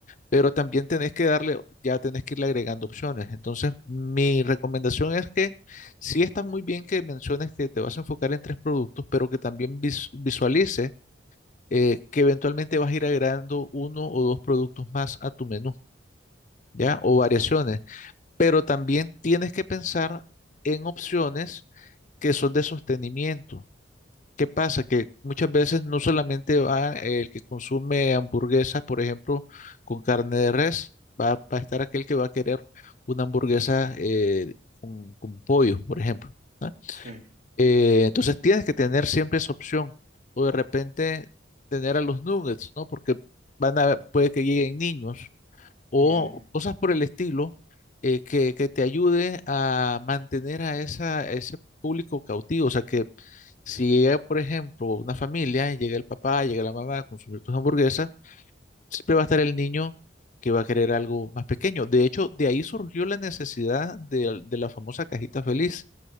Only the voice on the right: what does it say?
ah,
sí,
ya, ya,